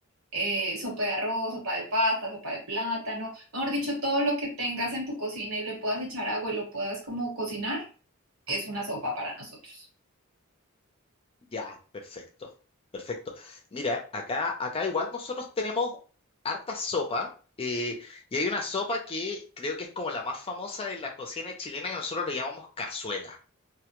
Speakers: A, on the right; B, on the left.
A: eh, sopa de arroz, sopa de pasta, sopa de plátano, mejor dicho, todo lo que tengas en tu cocina y le puedas echar agua y lo puedas como cocinar, es una sopa para nosotros.
B: Ya, perfecto, perfecto. Mira, acá, acá igual nosotros tenemos harta sopa eh, y hay una sopa que creo que es como la más famosa de la cocina chilena que nosotros le llamamos cazuela.